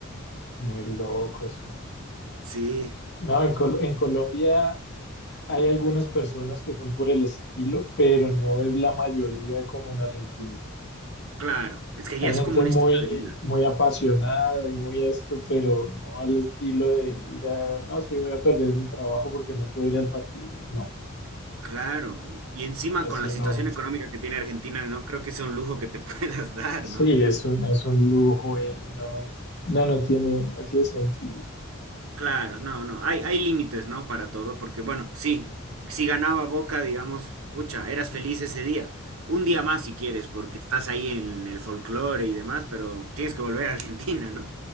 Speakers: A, on the left; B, on the right.
A: muy locos.
B: Sí,
A: No, en, Col- en Colombia Hay algunas personas que son por el estilo, pero no es la mayoría como en Argentina.
B: claro. Es que
A: Hay
B: ya es
A: gente
B: como un
A: muy,
B: estilo de vida,
A: muy
B: ¿no?
A: apasionada y muy esto, pero no al estilo de ir a, no, sí, voy a perder mi trabajo porque no puedo ir al partido. No,
B: Claro. Y encima
A: eso
B: con la situación
A: no.
B: económica que tiene Argentina, no creo que sea un lujo que te <laughs> puedas dar,
A: Sí,
B: ¿no?
A: es un, es un lujo eh, y no, no, no tiene, no tiene sentido.
B: Claro, no, no. Hay, hay límites, ¿no? Para todo, porque bueno, sí, si ganaba Boca, digamos, pucha, eras feliz ese día. Un día más si quieres, porque estás ahí en el folclore y demás, pero tienes que volver a Argentina, ¿no?